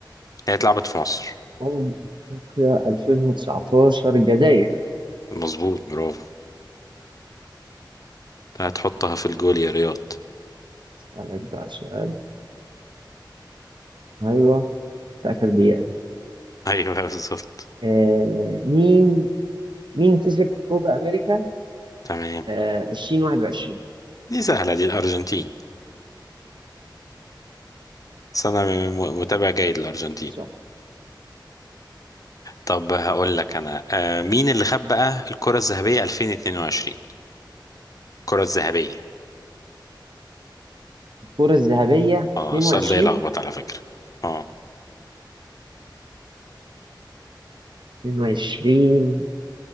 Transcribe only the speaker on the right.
أمم أفريقيا 2019 الجزائر
اسألك بقى سؤال ايوه في آخر دقيقة دي
آه مين مين كسب كوبا أمريكا
آه 2021
صح
الكرة الذهبية
22
22